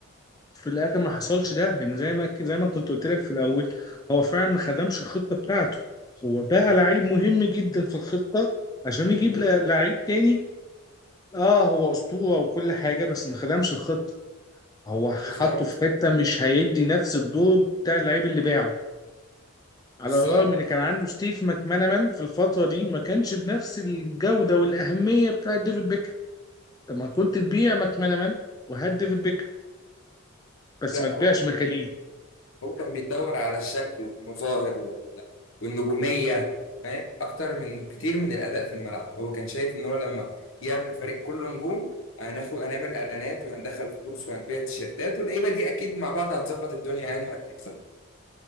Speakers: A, on the left; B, on the left.
A: في الاخر ما حصلش ده لان زي ما زي ما كنت قلت لك في الاول هو فعلا ما خدمش الخطه بتاعته هو بقى لعيب مهم جدا في الخطه عشان يجيب ل- لعيب تاني اه هو اسطوره وكل حاجه بس ما خدمش الخطه هو حطه
B: بالظبط
A: في حته مش هيدي نفس الدور بتاع اللعيب اللي باعه على
B: بالظبط
A: الرغم ان كان عنده ستيف ماكمانامان في الفتره دي ما كانش بنفس الجوده والاهميه بتاعه ديفيد بيكهام طب ما كنت تبيع ماكمانامان وهات ديفيد بيكهام بس
B: لا
A: ما تبيعش
B: هو
A: مكاليل
B: هو كان بيدور على الشكل والمظاهر وال- والنجومية فاهم أكتر من كتير من الأداء في الملعب هو كان شايف إن هو لما يعمل فريق كله نجوم هناخد هنعمل إعلانات وهندخل فلوس وهنبيع تيشيرتات واللعيبة دي أكيد مع بعض هتظبط الدنيا يعني وهتكسب